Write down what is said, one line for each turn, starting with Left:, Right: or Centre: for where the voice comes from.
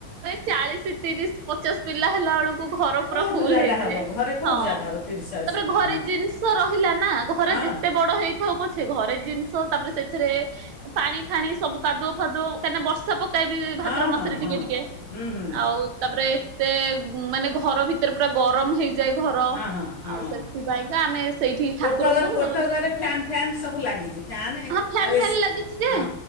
Right: ଚାଳିଶି ତିରିଶ ପଚାଶ ପିଲା ହେଲା ବେଳୁ ଘର ପୁରା
Left: କେଉଁଠୁ
Right: ଫୁଲ
Left: ଜାଗା
Right: ହେଇଯିବେ,
Left: ହେବ ଘରେ କେଉଁଠୁ
Right: ହଁ
Left: ଜାଗା ହେବ ତିରିଶ ଚାଳିଶ
Right: ତାପରେ
Left: ପିଲା
Right: ଘରେ
Left: ହଁ
Right: ଜିନିଷ ରହିଲା ନା ଘରେ
Left: ହଁ
Right: ଯେତେ ବଡ ହେଇଥାଉ ପଛେ ଘରେ ଜିନିଷ ତାପରେ ସେଥିରେ ପାଣି ଫାଣି ସବୁ କାଦୁଅ ଫାଦୁଅ କାହିଁକିନା ବର୍ଷା ପ ଟା ବି
Left: ହଁ
Right: ଭାଦ୍ରବ ମାସରେ
Left: ହଁ
Right: ଟିକେ
Left: ହଁ
Right: ଟିକେ
Left: ହୁଁ ହୁଁ
Right: ଆଉ ତାପରେ ଏତେ ମାନେ ଘର ଭିତରେ ପୁରା ଗରମ ହେଇ ଯାଇ ଘର
Left: ହଁ ହଁ ହଁ
Right: ଆଉ ସେଥିପାଇଁକା ଆମେ ସେଇଠି ଠାକୁରଙ୍କୁ
Left: କୋଠ ଘରେ କୋଠ
Right: ହଁ
Left: ଘରେ ଫ୍ୟାନ୍ ଫ୍ୟାନ୍ ସବୁ ଲାଗିଚି, ଫ୍ୟାନ୍ ଏ-ଆଉ
Right: ଫ୍ୟାନ ଫ୍ୟାନ
Left: ଏସ
Right: ଲାଗିଛି ଯେ
Left: ହଁ